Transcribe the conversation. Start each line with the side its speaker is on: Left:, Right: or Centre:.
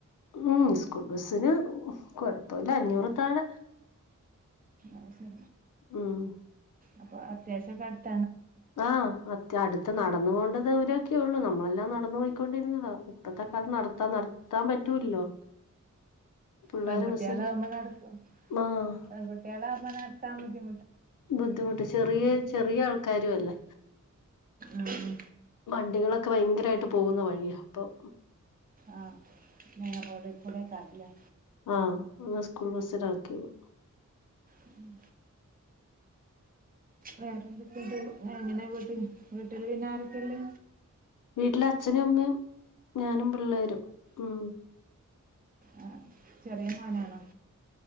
Left: ഉം സ്കൂൾ ബസിന് കൊഴപ്പല്ല അഞ്ഞൂറൊക്കെ ആണ്
Right: അത് ശരി
Left: ഉം
Right: അപ്പൊ അത്യാവശ്യം ക
Left: ആ അ അടുത്ത് നടന്നുകൊണ്ട് ള്ള ദുരക്കൊ ഉള്ളൂ നമ്മൾക്ക് ല്ലാം നടന്നു പോയിക്കൊണ്ടിരുന്നതോ ഇപ്പത്തെ കാലം നടത്താ നടത്താൻ പറ്റൂല്ലോ പിള്ളേരെ
Right: പെൺകുട്ടികാലാവകുമ്പോ
Left: ബസ്സില്
Right: നടക്കും
Left: ആഹ്
Right: പെൺകുട്ടികാലാവകുമ്പ നടത്താൻ ബുദ്ധി
Left: ബുദ്ധിമുട്ട് ചെറിയ ചെറിയ ആൾക്കാരു അല്ലേ
Right: ഉം ഉം.
Left: വണ്ടികളൊ ക്കെ ഭയങ്കരായിട്ട് പോകുന്ന വഴിയാ അപ്പൊം
Right: ആ മെയിൻറോഡ് കൂടെക്കാരംല്ലേ
Left: ആഹ് ഒന്ന് സ്കൂൾ ബസ്സിലാക്കിയത്
Right: ഉം വേറെന്തൊക്കെണ്ട് എങ്ങനെ വീട്ടില് വീട്ടില് പിന്നാരക്കെള്ളെ
Left: വീട്ടില് അച്ഛനും അമ്മേം ഞാനും പിള്ളേരും ഉം
Right: ആ, ചെറിയ മൊനാണോ